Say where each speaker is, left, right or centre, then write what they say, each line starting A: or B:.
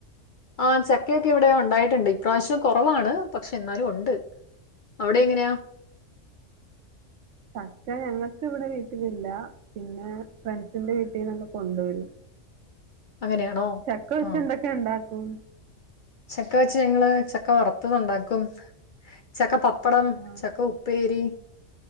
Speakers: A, on the left; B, on the right.
A: ആഹ് ചക്കക്കെ ഇവിടെ ഉണ്ടായിട്ടുണ്ട് ഇപ്രാവശ്യം കുറവാണ് പക്ഷെ എന്നാലും ഉണ്ട് അവിടെ എങ്ങനെയാ
B: ചക്ക ഞങ്ങൾ ക്കിവിടെ വീട്ടിലില്ല പിന്നെ ഫ്രണ്ട്സിന്റെ വീട്ടിന്നൊക്കെ കൊണ്ടുവരും
A: അങ്ങനെയാണോ
B: ചക്ക വെച്ച്
A: ആ
B: എന്തൊക്കെ ഉണ്ടാക്കും
A: ചക്ക വെച്ച് ഞങ്ങള് ചക്ക വറുത്തതുണ്ടാക്കും ചക്ക പപ്പടം
B: ആഹ്
A: ചക്ക ഉ ഉപ്പേരി